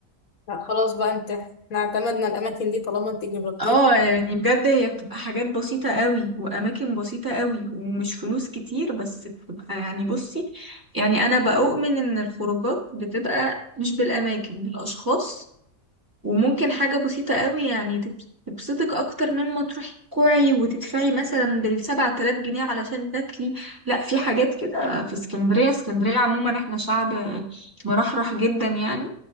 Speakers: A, on the left; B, on the right.
A: لا خلاص بقى انت احنا اعتمدنا الاماكن دي طالما انت جربتيها
B: اه يعني بجد هي بتبقى حاجات بسيطة قوي وأماكن بسيطة قوي ومش فلوس كتير بس بتبقى يعني بصي يعني أنا بأؤمن إن الخروجات بتبقى مش بالأماكن بالأشخاص وممكن حاجة بسيطة قوي يعني تب- تبسطك أكتر مما تروحي تكوعي وتدفعي مثلا بالسبعة آلاف جنيه علشان تاكلي لا في حاجات كده في اسكندرية اسكندرية عموما احنا شعب مرحرح جدا يعني